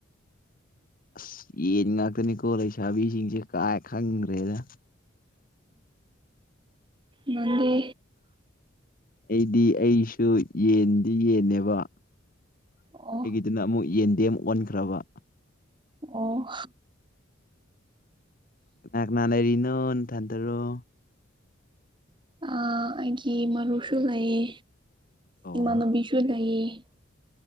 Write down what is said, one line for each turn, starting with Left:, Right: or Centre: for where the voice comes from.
Left: ꯑ ꯌꯦꯅꯤꯡ ꯉꯥꯛꯇꯅꯤ ꯀꯣꯂ ꯆꯥꯕꯤꯁꯤꯡꯁꯦ ꯀꯥꯏ ꯈꯪꯈ꯭ꯔꯦꯗ
Right: ꯅꯪꯗꯤ
Left: ꯑꯩꯗꯤ ꯑꯩꯁꯨ ꯌꯦꯟꯗꯤ ꯌꯦꯟꯅꯅꯦꯦꯕ ꯑꯩꯒꯤꯗꯨꯅ
Right: ꯑꯣ
Left: ꯑꯃꯨꯛ ꯌꯦꯟꯗꯦ ꯑꯃ ꯑꯣꯟꯈ꯭ꯔꯕ
Right: ꯑꯣ
Left: ꯉ ꯅ ꯂꯩꯔꯤꯅꯣ ꯊꯗꯔꯣ
Right: ꯑ ꯑꯩꯒꯤ ꯃꯔꯨꯁꯨ ꯂꯩꯌꯦ
Left: ꯑꯣ
Right: ꯏꯃꯥꯟꯅꯕꯤꯁꯨ ꯂꯩ <inaudible> <inaudible>